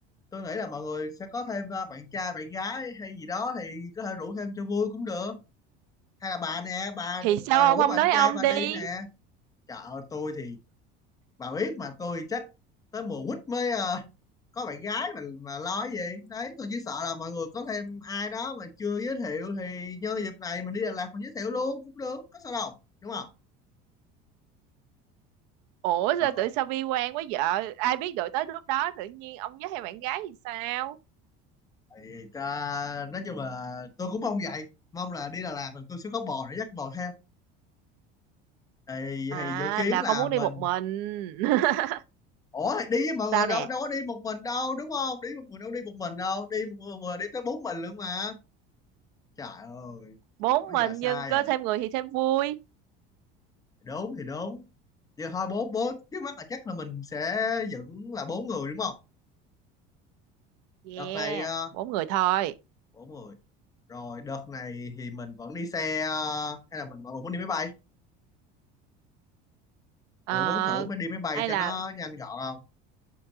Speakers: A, on the left; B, on the right.
A: tôi nghĩ là mọi người sẽ có thêm ờ, bạn trai bạn gái hay gì đó thì có thể rủ thêm cho vui cũng được hay là bà nè bà
B: Thì sao
A: bà
B: ông
A: rủ
B: không
A: bạn
B: nói
A: trai
B: ông
A: bà
B: đi?
A: đi nè trời ơi tôi thì bà biết mà tôi chắc tới mùa quýt mới ờ, có bạn gái mà mà lo cái gì đấy tôi chỉ sợ là mọi người có thêm ai đó mà chưa giới thiệu thì nhân dịp này mình đi Đà Lạt mình giới thiệu luôn cũng được có sao đâu đúng không
B: Ủa
A: rồi
B: sao tự sao bi quan quá vợ? Ai biết được tới lúc đó tự nhiên ông với hai bạn gái thì sao?
A: thì ta, nói chung là tôi cũng mong vậy mong là đi Đà Lạt là tôi sẽ có bò để dắt bò theo thì
B: À
A: thì dự kiến
B: là
A: là
B: không muốn đi
A: mình
B: một mình. <laughs>
A: ủa đi với mọi
B: Sao
A: người
B: nè?
A: đâu đâu có đi một mình đâu đúng không đi một người đâu đi một mình đâu đi một người, người đi tới bốn mình luôn mà trời ơi
B: Bốn
A: còn nói
B: mình
A: gì là sai
B: nhưng có
A: à
B: thêm người thì thêm vui.
A: đúng thì đúng giờ thôi bốn bốn trước mắt là chắc là mình sẽ vẫn là bốn người đúng không
B: Yeah,
A: đợt này ờ,
B: bốn người thôi.
A: bốn người rồi đợt này thì mình vẫn đi xe ờ, hay là mình mọi người muốn đi máy bay
B: Ờ,
A: mọi người muốn thử mới đi máy bay
B: hay
A: cho
B: là
A: nó nhanh gọn không